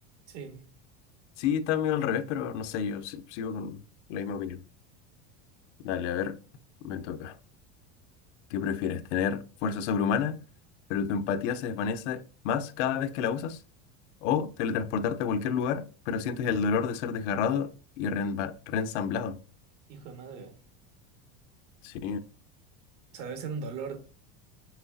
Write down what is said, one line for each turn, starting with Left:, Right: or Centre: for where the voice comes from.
Right: Sí,
Left: Sí, está medio al revés, pero no sé, yo si- sigo con la misma opinión. Dale, a ver, me toca. ¿Qué prefieres? ¿Tener fuerza sobrehumana, pero tu empatía se desvanece más cada vez que la usas? ¿O teletransportarte a cualquier lugar, pero sientes el dolor de ser desgarrado y reemba- reensamblado?
Right: hijo de madre.
Left: Sí,
Right: O sea, debe ser un dolor